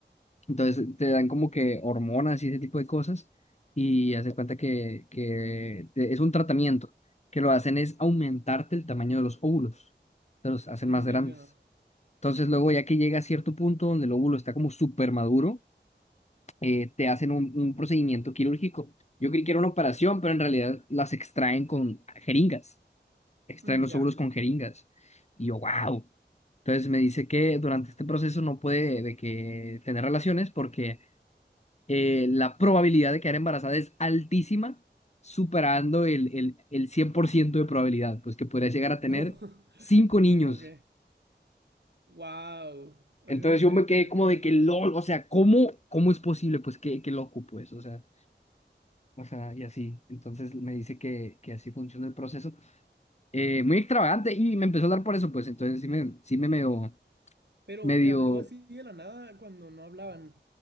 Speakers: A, on the left (about 35°); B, on the right (about 65°).
A: Entonces, te dan como que hormonas y ese tipo de cosas. Y hace cuenta que, que te- es un tratamiento. Que lo hacen es aumentarte el tamaño de los óvulos. Te los hacen
B: Mm,
A: más grandes.
B: ya entiendo.
A: Entonces, luego, ya que llega a cierto punto donde el óvulo está como súper maduro, eh, te hacen un, un procedimiento quirúrgico. Yo creí que era una operación, pero en realidad las extraen con jeringas. Extraen
B: Mm,
A: los
B: ya.
A: óvulos con jeringas. Y yo, wow. Entonces me dice que durante este proceso no puede de que tener relaciones porque eh, la probabilidad de quedar embarazada es altísima, superando el, el, el 100% de probabilidad, pues que podría llegar a tener
B: <laughs>
A: cinco niños.
B: ok. Wow. A
A: Entonces
B: mí me gustaría
A: yo me quedé
B: tener
A: como
B: gemelos,
A: de que LOL,
B: ¿eh?
A: o sea, ¿cómo, cómo es posible? Pues qué, qué loco, pues, o sea, o sea, y así. Entonces me dice que, que así funciona el proceso. Eh, muy extravagante y me empezó a hablar por eso, pues entonces sí me, sí me medio,
B: Pero
A: medio
B: te habló así de la nada cuando no hablaban.